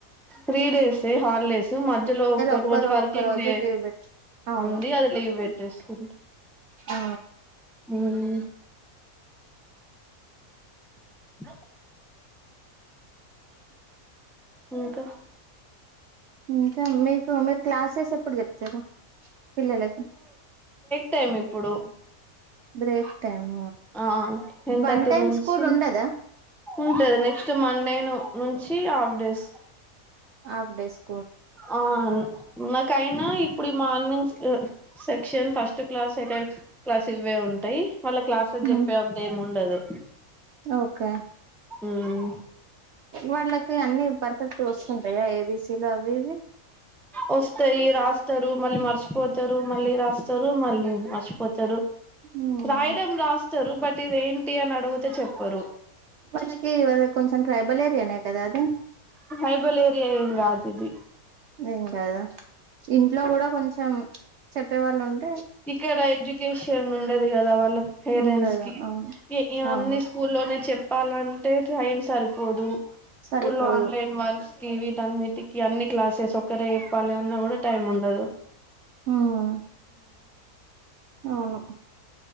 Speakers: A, in the centre; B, on the right.
A: త్రీ డేస్ హాలిడేస్ మధ్యలో ఒక
B: ఒక్కరు
A: రోజు వర్కింగ్
B: ఒక్క రోజు
A: డే
B: లీవ్ పెట్టు అవును
A: ఉంది అది లీవ్ పెట్టేసుకు
B: ఆ
A: ఉమ్ అ థార్డ్ సెమ్ ఇంక
B: ఇంకా మీకు, మీరు క్లాస్ సెస్ ఎప్పుడు చెప్తరు పిల్లలకి?
A: టేం ఇప్పుడు
B: బ్రేక్ టైమ్
A: ఆ టెన్
B: వన్
A: థర్టీ
B: టైమ్
A: నుంచి
B: స్కూల్ ఉండదా
A: ఉంటది నెక్స్ ట్ మండే ను నుంచి ఆఫ్ డేస్
B: హాఫ్ డే స్క్
A: ఆ మల్ కైనా ఇప్పుడి మద్ mornings section first class, second class ఇవ్వే ఉంటయి. వాళ్ళక్లాసెస్ చెప్పే
B: ఉమ్,
A: అంత ఏం ఉండదు.
B: ఓకే
A: ఉమ్
B: వాళ్ళకి అన్ని పర్ఫెక్ట్ గొస్తుంటయా ఏ బీ సి లు అవి ఇవి
A: వస్తయి రాస్తరు మళ్ళీ మర్చిపోతరు, మళ్ళీ రాస్తరు మళ్ళీ మర్చిపోత్
B: ఉమ్,
A: రాయడం రాస్తరు బట్ ఇదేంటి అనడుగుతే చెప్పరు.
B: వాళ్ళకి అది కొంచెం ట్రైబల్ ఏరియానే కదా అది?
A: ట్రైబల్ ఏరియా ఏం గాదిది
B: ఏం గాద? ఇంట్లో గూడ కొంచెం చెప్ తేవాలంట్
A: ఇక్కడ ఎడ్యుకేషన్ ఉండదు గదా వాళ్ళ పేరెంట్స్
B: ఉండదు
A: కి,
B: అవును
A: వి
B: అవును
A: అన్ని స్కూల్లోనే చెప్పాలన్ రోజు టైమ్స్ సరిపోదు
B: సరిపోదు
A: స్కూల్లో ఆన్లైన్ వర్క్స్ కి, విటన్నీటికి ఇగన్ని క్లాసెస్ ఒక్కరే చెప్పాలి అన్నా కూడా టైం ఉండదు.
B: ఉమ్ అవును